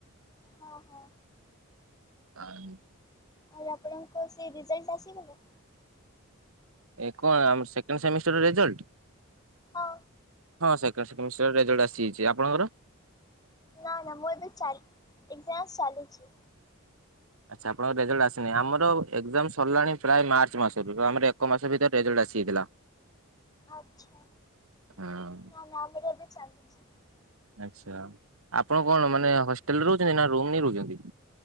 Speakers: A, on the left; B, on the right.
A: ହଁ ହଁ।
B: <unintelligible>
A: ଆଉ ଆପଣଙ୍କ ସେରେଜଲ୍ଟ ଆସିଗଲା?
B: ଏକ ସେଣ୍ଟେର ସେମିଷ୍ଟାର ରେଜଲ୍ଟ?
A: ହଁ।
B: ହଁ ସେଖେଣ୍ଡ ସେମିଷ୍ଟାର୍ ରେଜଲ୍ଟ ଆସିଯାଇଚି ଆପଣଙ୍କର?
A: ନା ନା ମୁଁ ଏବେ ଚାଲି ଏଗ୍ଜାମସ୍ ଚାଲିଚି।
B: ଆଚ୍ଛା ଆପଣଙ୍କ ରେଜଲ୍ଟ ଆସିନାହିଁ ଆମର ଏଗ୍ଜାମ୍ ସରିଲାଣି ପ୍ରାୟ ମାର୍ଚ ମାସରେ ଆମର ଏକ ମାସ ଭିତରେ ରେଜଲ୍ଟ ଆସିଯାଇଥିଲା।
A: ଆଚ୍ଛା
B: ହଁ
A: ନା ନା ଆମର ଏବେ ଚାଲିଚି।
B: ଆଚ୍ଛା ଆପଣ କଣ ମାନେ ହଷ୍ଟେଲ୍ ରହୁଚନ୍ତି ନାଁ ରୁମ୍ ନେଇ ରହୁଚନ୍ତି?